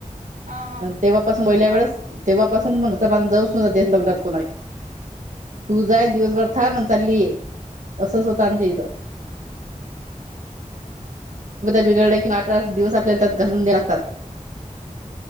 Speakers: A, on the right (about 85°); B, on the right (about 65°).
A: हा हा
B: तेव्हापासून वहिल्या वेळेस
A: हा
B: तेव्हापासून म्हणचा मान जाऊ सुद्धा दे लग्नात कोणा आहे तू जा दिवसभर, हा म्हण चाललीय असंच होतं आमच्या इथं. बिघडल्या किंवा अठरा दिवस आपल्याला त्यात घालून द्या लागतात.